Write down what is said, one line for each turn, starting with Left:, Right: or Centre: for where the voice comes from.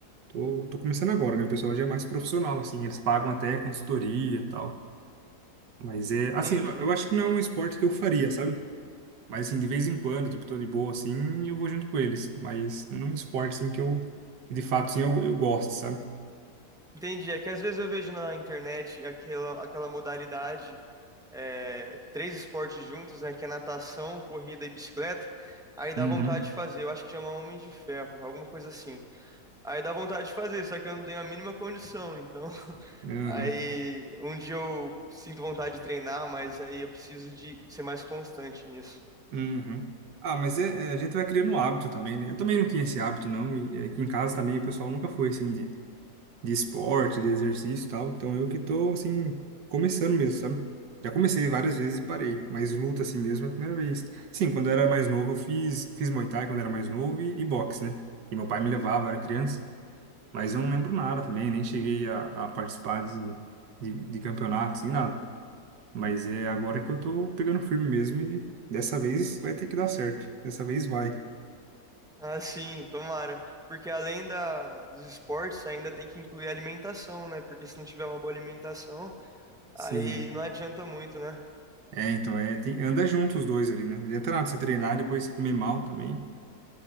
Right: Tô, tô começando agora, né? O pessoal já é mais profissional, assim, eles pagam até consultoria e tal. Mas é, assim,
Centre: Entendi.
Right: eu eu acho que não é um esporte que eu faria, sabe? Mas, assim, de vez em quando, tipo, tô de boa, assim, eu vou junto com eles. Mas não é um esporte, assim, que eu, que de fato, assim, eu, eu gosto, sabe?
Centre: Entendi. É que às vezes eu vejo na internet aquela, aquela modalidade, é, três esportes juntos, né? Que é natação, corrida e bicicleta. Aí dá
Right: Uhum.
Centre: vontade de fazer. Eu acho que chama Homem de Ferro, alguma coisa assim. Aí dá vontade de fazer, só que eu não tenho a mínima condição. Então, <laughs>
Right: Uhum,
Centre: aí um dia eu sinto vontade de treinar, mas aí eu preciso de ser mais constante nisso.
Right: uhum. Ah, mas é, é, a gente vai criando um hábito também, né? Eu também não tinha esse hábito, não. E aqui em casa também o pessoal nunca foi, assim, de de esporte, de exercício e tal. Então eu que tô, assim, começando mesmo, sabe? Já comecei várias vezes e parei, mas luta assim mesmo é a primeira vez. Sim, quando eu era mais novo eu fiz, fiz Muay Thai quando eu era mais novo e, e boxe, né? Que meu pai me levava, eu era criança, mas eu não lembro nada também, nem cheguei a, a participar de, de, de campeonato, assim, nada. Mas é agora que eu tô pegando firme mesmo e dessa vez vai ter que dar certo. Dessa vez vai.
Centre: Ah, sim, tomara. Porque além da, dos esportes, ainda tem que incluir a alimentação, né? Porque se não tiver uma boa alimentação,
Right: Sim.
Centre: aí não adianta muito, né?
Right: É, então, é, tem- anda junto os dois ali, né? Não adianta nada você treinar e depois você comer mal também.